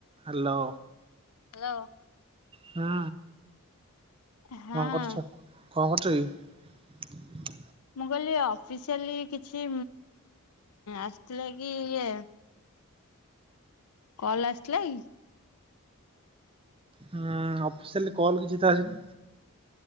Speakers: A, on the right; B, on the left.
A: Hello.
B: Hello.
A: ହୁଁ।
B: ହଁ।
A: କଣ କରୁଛ? କଣ କରୁଚ କି?
B: ମୁଁ କହିଲି ଅଫିସିଆଲି କିଛି ଆସିଥିଲା କି ଇଏ? କଲ ଆସିଥିଲା କି?
A: ହୁଁ ଅଫିସିଆ କଲ କିଛି ତ ଆସିନି?